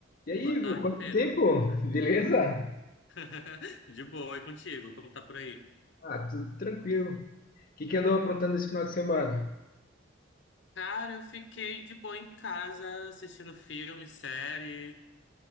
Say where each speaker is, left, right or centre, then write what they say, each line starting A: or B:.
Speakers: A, on the left; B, on the left.
A: E aí,
B: Boa
A: Ivo,
B: tarde,
A: quanto
B: Pedro.
A: tempo? Beleza?
B: <laughs> De boa, e contigo? Como tá por aí?
A: Ah, tudo tranquilo. O que que andou aprontando esse final de semana?
B: Cara, eu fiquei de boa em casa, assistindo filme, série.